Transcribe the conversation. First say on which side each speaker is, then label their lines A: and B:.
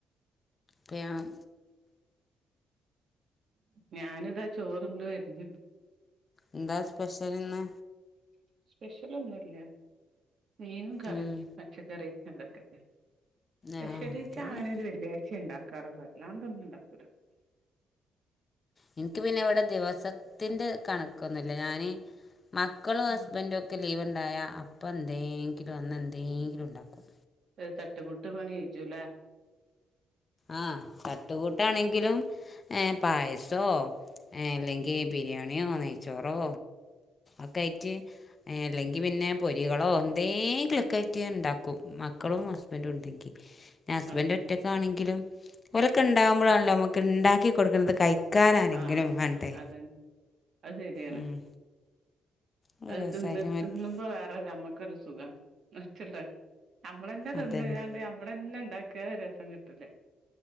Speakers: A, on the left; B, on the right.
A: പി ആഹ്
B: ഞാനിതാ ചോറുണ്ട് വരുന്നു
A: എന്താ സ്പെഷ്യലിന്ന്
B: സ്പെഷ്യലൊന്നും ഇല്ല മീനും കറീം
A: ഉം
B: പച്ചക്കറി അതൊക്കെ സ്പെഷലിച്ചാ
A: ആഹ് അതന്നെ
B: അങ്ങനൊരു വെള്ളിയാഴ്ച ഉണ്ടാക്കാറുള്ളോ അല്ലാതൊന്നും ഉണ്ടാക്കൂല്ല
A: എനിക്ക് പിന്നെ ഇവിടെ ദിവസത്തിന്റെ കണക്കൊന്നുമല്ല ഞാന് മാ മക്കളും
B: ഉം
A: ഹസ്ബൻഡും ഒക്കെ ലീവ് ഉണ്ടായാൽ അപ്പം എന്തെങ്കിലും അന്ന് എന്തെങ്കിലും ഉണ്ടാക്കും
B: ഒരുതട്ടുമുട്ട് പണി കഴിച്ചുലേ
A: അത് തട്ടുകൂട്ടാണെങ്കിലും ഏഹ് പായസോ അല്ലെങ്കിൽ
B: ഉം
A: ബിരിയാണിയോ നെയ്ച്ചോറോ ഒക്കെ ആയിട്ട് അല്ലെങ്കി ക്ക് പിന്നെ പൊരികളോ എന്തെങ്കിലൊക്കെ ആയിട്ട് ഉണ്ടാക്കും മക്കളും ഹസ്ബൻഡും ഉണ്ടെങ്കിൽ ഹസ്ബൻ്
B: ആഹ്
A: ഒറ്റക്കണെങ്കിലും
B: ഉം
A: ഒലൊക്കെ ഉണ്ടകുമ്പോഴാണല്ലോ നമുക്ക് ഉണ്ടാക്കി കൊടുക്കുന്നത് കൈ ക്കാനാരെങ്കിലും
B: ആഹ് അതെ
A: വേണ്ടേ
B: അതന്നെ അത് ശരിയാണ്
A: ഉം. നല്ല
B: അത്
A: രസമായിട്ട്
B: തിന്ന്
A: മറ്റ്
B: തിന്നുമ്പോ വേറെ നമ്മക്ക് ഒരു സുഖണ് നച്ചുള്ള നമ്മളന്നെ തിന്ന്ങ്കാണ്ട്
A: അതന്നെ
B: നമ്മളന്നെ ഉണ്ടാക്കിയാ രസം കിട്ടൂല